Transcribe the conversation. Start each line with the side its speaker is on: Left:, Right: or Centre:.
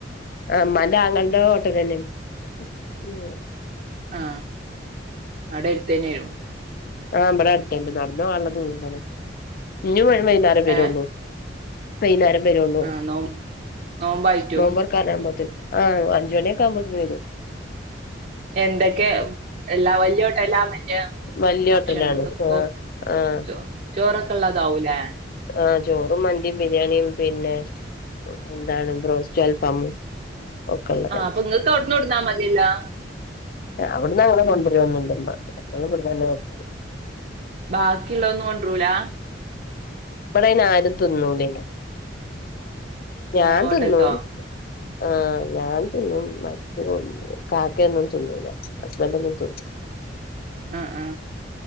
Left: ആ മ്മാന്റെ ആങ്ങൾൻ്റെ ഹോട്ടലെന്നെ <unintelligible>
Right: ആ അടെ എര്ത്തെന്നെയൊ
Left: ആ ബടെ അട്ത്ത്ണ്ട് നട്ന്ന് പോവാള്ള ദുരം തന്നെ ഞ് വരും വൈന്നേരം വെരൊള്ളു
Right: ഏഹ്
Left: വൈന്നേരം വെരൊള്ളു
Right: ആഹ് നോ നോമ്പായിട്ടും
Left: നോമ്പർക്കാനാമ്പത്തിന് ആ അഞ്ച് മണിയൊക്കാമ്പത്തിന് വരും
Right: എന്തക്കെ ഉം എല്ലാ വല്യൊ <unintelligible> ൻ്റെ
Left: വല്യ
Right: ഭക്ഷണം
Left: ഹോട്ടലാണ്
Right: <unintelligible>
Left: ആഹ് ആഹ്
Right: ചൊ ചോറൊക്കള്ളതാവൂലേ
Left: ആ ചോറും മന്തിം ബിരിയാണിം പിന്നെ എർ എന്താണ് ബ്രോസ്റ്റു അൽഫാമും ഒക്കെള്ളതന്നെ
Right: ആ പ്പങ്ങക്ക് അവ്ട്ന്ന് കൊട്ന്ന മതിയല്ലോ
Left: എ അവ്‌ട്ന്നങ്ങനെ കൊണ്ടരൊന്നുല്ല <unintelligible> ഞങ്ങള് ബട്ന്നെന്നെ വെക്കല്
Right: ബാക്കിള്ള ഒന്നും കൊണ്ട്റൂല
Left: ഇവിടെയിന് ആരും തിന്നൂല്ലേ ഞാൻ
Right: ആഹ് ഹോട്ടൽത്തോ
Left: തിന്നു ആ ഞാൻ തിന്നും മറ്റു കാക്കയൊന്നും തിന്നൂല്ല ഹസ്ബൻഡ് ഒന്നും തിന്നു
Right: ആ ആ